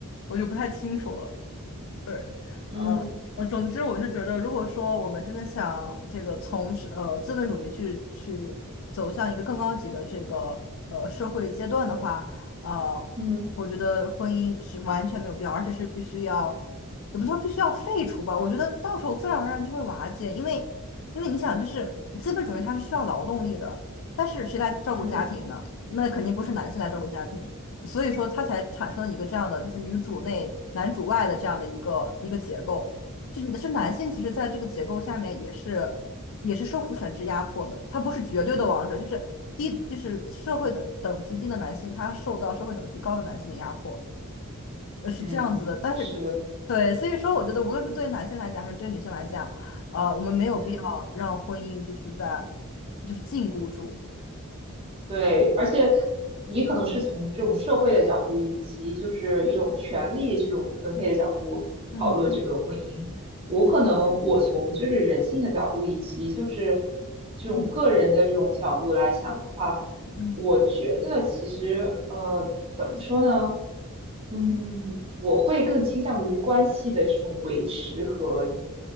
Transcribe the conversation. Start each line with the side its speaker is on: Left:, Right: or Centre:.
Left: 我就不太清楚了。对，
Right: 嗯
Left: 呃呃，总之我就觉得，如果说我们真的想这个从是呃资本主义去去走向一个更高级的这个呃社会阶段的话，呃，
Right: 嗯
Left: 我觉得婚姻是完全没有必要，而且是必须要，也不是说必须要废除吧，我觉得到时候自然而然就会瓦解，因为因为你想，就是资本主义它是需要劳动力的，但是谁来照顾家庭呢？
Right: 嗯
Left: 那肯定不是男性来照顾家庭。所以说它才产生了一个这样的，就是女主内男主外的这样的一个一个结构。就是是男性，其实在这个结构下面也是也是受父权制压迫的，他不是绝对的王者，就是低就是社会等等级低的男性，他受到社会等级高的男性的压迫，呃是这样子的。
Right: 嗯，
Left: 但是对，
Right: 是的。
Left: 所以说我觉得无论是对男性来讲还是对女性来讲，呃，我们没有必要让婚姻就是在
Right: 嗯。
Left: 就是禁锢住。
Right: 对，而且你可能是从这种社会的角度，以及就是一种权利这种分配的角度讨论这个婚姻。
Left: 嗯
Right: 我可能我从就是人性的角度，以及就是这种个人的这种角度来想的话，
Left: 嗯嗯
Right: 我觉得其实呃，怎么说呢？嗯，我会更倾向于关系的这种维持和